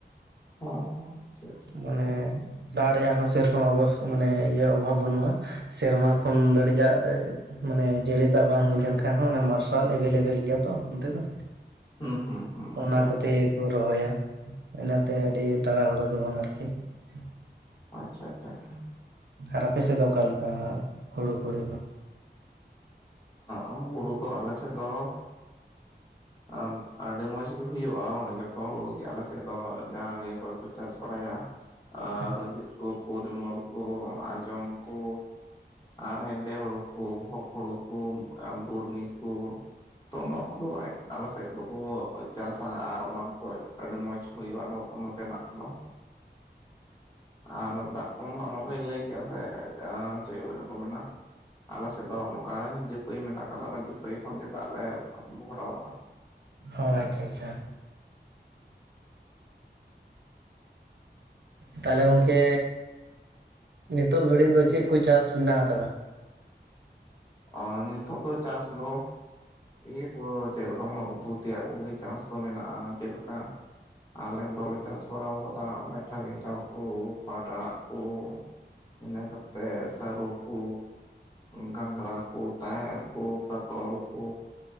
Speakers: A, on the left; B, on the right.
A: ᱦᱚᱸ ᱦᱚᱸ ᱥᱮᱸ <inaudible>
B: ᱢᱟᱱᱮ ᱫᱟᱜ ᱨᱮᱭᱟᱜ ᱦᱚᱸ ᱥᱮᱨᱚᱠᱚᱢ ᱵᱚᱥ ᱢᱟᱱᱮ ᱤᱭᱟᱹ ᱚᱵᱷᱟᱵ ᱵᱟᱹᱱᱩᱜᱼᱟ ᱥᱮᱨᱢᱟ ᱠᱷᱚᱱ ᱫᱟᱹᱲᱤᱡᱟᱜᱼᱮ ᱢᱟᱱᱮ ᱡᱟᱹᱲᱤ ᱫᱟᱜ ᱵᱟᱝ ᱦᱩᱭ ᱞᱮᱱ ᱠᱷᱟᱱ ᱦᱚᱸ ᱚᱱᱟ ᱢᱟᱨᱥᱟᱞ ᱮᱵᱮᱞᱮᱵᱮᱞ ᱜᱮᱭᱟ ᱛᱚ ᱚᱱᱛᱮ ᱫᱚ
A: ᱦᱩᱸ ᱦᱩᱸ ᱦᱩᱸ
B: ᱚᱱᱟ
A: ᱟᱪᱪᱷᱟ
B: ᱠᱚᱛᱮ
A: ᱟᱪᱪᱷᱟ ᱟᱪᱪᱷᱟ
B: ᱜᱮᱠᱚ ᱨᱚᱦᱚᱭᱟ ᱤᱱᱟᱹᱛᱮ ᱟᱹᱰᱤ ᱛᱟᱲᱟ ᱦᱩᱲᱟᱹ ᱫᱚ ᱵᱟᱝ ᱟ <unintelligible>
A: ᱟᱪᱷᱟ ᱟᱪᱷᱟ ᱟᱪᱷᱟ
B: ᱟᱨ ᱟᱯᱮ ᱥᱮᱜ ᱫᱚ ᱚᱠᱟ ᱞᱮᱠᱟ ᱦᱩᱲᱩ ᱠᱚᱨᱮ ᱫᱚ?
A: ᱟᱸᱜ ᱦᱩᱲᱩ ᱫᱚ ᱟᱞᱮ ᱥᱮᱫ ᱫᱚ ᱟᱸ ᱟᱹᱰᱤ ᱢᱚᱸᱡᱽ ᱦᱩᱭᱩᱜᱼᱟ ᱡᱚᱛᱚ ᱦᱩᱲᱩ ᱜᱮ ᱟᱞᱮ ᱥᱮᱫ ᱫᱚ ᱡᱟᱦᱟᱸ ᱱᱤᱭᱟᱹ ᱠᱚᱨᱮ ᱠᱚ ᱪᱟᱥ ᱵᱟᱲᱟᱭᱟ ᱟᱨ
B: ᱟᱪᱪᱷᱟ
A: ᱨᱚᱧᱡᱤᱛ ᱠᱚ ᱯᱚᱨᱤᱢᱚᱞ ᱠᱚ ᱟᱸᱡᱚᱢ ᱠᱚ ᱟᱨ ᱦᱮᱸᱫᱮ ᱦᱩᱲᱩ ᱠᱩ ᱵᱷᱩᱠ ᱦᱩᱲᱩ ᱠᱩ ᱵᱩᱨᱱᱤ ᱠᱩ ᱛᱚ ᱱᱚᱶᱟ ᱠᱚᱫᱚ ᱟᱞ ᱥᱮᱜ ᱫᱚᱠᱚ ᱪᱟᱥᱟ ᱟᱨ ᱚᱱᱟ ᱠᱚᱫᱚ ᱟᱹᱰᱤ ᱢᱚᱸᱡᱽ ᱦᱩᱭᱩᱜᱼᱟ ᱱᱚᱛᱮ ᱱᱟᱜ ᱫᱚ ᱟᱨ ᱫᱟᱜ ᱠᱚᱢᱟ ᱚᱱ ᱚᱱᱠᱟᱧ ᱞᱟᱹᱭ ᱠᱮᱜᱼᱟ ᱥᱮ ᱪᱮᱫ ᱞᱮᱠᱟ ᱠᱚ ᱢᱮᱱᱟ? ᱟᱞᱮ ᱥᱮᱫ ᱫᱚ ᱱᱚᱝᱠᱟ ᱡᱟᱹᱯᱟᱹᱭ ᱢᱮᱱᱟᱜ ᱠᱟᱫᱟ ᱚᱱᱟ ᱡᱟᱹᱯᱟᱹᱭ ᱠᱷᱚᱱ ᱜᱮ ᱫᱟᱜ ᱞᱮ ᱵᱷᱚᱨᱟᱣ ᱣᱟᱜᱼᱟ᱾
B: ᱚᱸ ᱟᱪᱷᱟ ᱟᱪᱷᱟ ᱛᱟᱦᱚᱞᱮ ᱜᱚᱝᱠᱮ ᱱᱤᱛᱳᱜ ᱜᱷᱟᱹᱲᱤᱡ ᱫᱚ ᱪᱮᱫ ᱠᱚ ᱪᱟᱥ ᱢᱮᱱᱟᱜ ᱠᱟᱫᱟ?
A: ᱟᱨ ᱱᱤᱛᱚᱜ ᱫᱚ ᱪᱟᱥ ᱫᱚ ᱤᱭᱟᱹ ᱠᱚ ᱪᱮᱫ ᱞᱮᱠᱟ ᱚᱱᱟ ᱩᱛᱩ ᱛᱮᱭᱟᱜ ᱠᱚᱜᱮ ᱪᱟᱥ ᱫᱚ ᱢᱮᱱᱟᱜᱼᱟ ᱪᱮᱜ ᱞᱮᱠᱟ? ᱟᱞᱮ ᱫᱚᱞᱮ ᱪᱟᱥ ᱵᱟᱲᱟ ᱟᱠᱟᱫᱟ ᱢᱮᱴᱷᱟ ᱵᱮᱸᱜᱟᱲ ᱠᱚ ᱯᱟᱴ ᱟᱲᱟᱜ ᱠᱚ ᱤᱱᱟᱹ ᱠᱟᱛᱮᱜ ᱥᱟᱹᱨᱩ ᱠᱚ ᱜᱷᱟᱸᱜᱨᱟ ᱠᱚ ᱛᱟᱦᱮᱨ ᱠᱚ ᱠᱟᱠᱨᱚᱞ ᱠᱚ